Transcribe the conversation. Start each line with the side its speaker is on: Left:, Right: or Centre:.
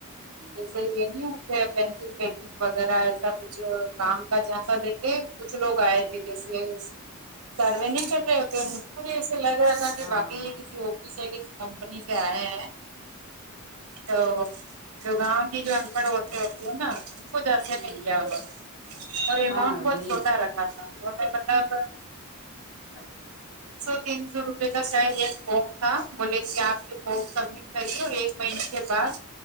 Left: ہوں
Right: جسے یہ نہیں ہو پینسل پنگ وغیرہ ایسا کچھ کام کا جیسا دیکھے کچھ لوگ آئے
Left: ہوں
Right: تھے جیسے سروے نہیں کر رہے ہوتے ایسے لگ کے
Left: ہاں
Right: باقی
Left: ہاں ہاں
Right: یہ کسی آفس یا کسی کمپنی سے آئے ہیں
Left: اچھا
Right: تو جو گاؤں کی جو ان پڑھ ہوتے ہوتی ہے نا کچھ ایسے
Left: ہوں
Right: نہیں
Left: ہوں
Right: کیا انہوں نے اور ای
Left: ہاں
Right: مون بہت
Left: وہی
Right: چھوٹا رکھا تھا انہوں نے بطلب
Left: اچھا
Right: سو تین سو روپے کا شاید یہ فم تھا بولے کہ آپ یہ فم سب کر ایک مہینے کے بعد